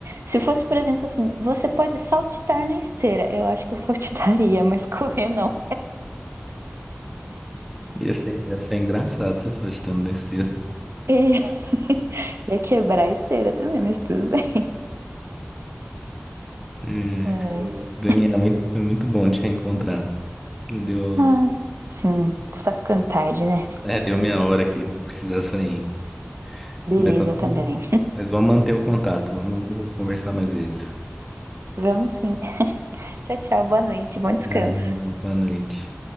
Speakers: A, on the right; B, in the centre.
A: Se fosse, por exemplo, assim, você pode saltitar na esteira. Eu acho que eu <laughs> saltitaria, mas correr não.
B: Ia ser, ia ser engraçado você só agitando na esteira.
A: E <laughs> ia quebrar a esteira também, mas tudo bem.
B: É,
A: Ai.
B: Bruninha, muito, foi muito bom te reencontrar. Deu, deu,
A: Mas, sim, está ficando tarde, né?
B: é, deu minha hora aqui, vou precisar sair.
A: Beleza
B: Mas, va-
A: também.
B: mas vamos manter o contato, vamos conversar mais vezes.
A: Vamos sim. <laughs> Tchau, tchau. Boa noite. Bom descanso.
B: Ah, boa noite.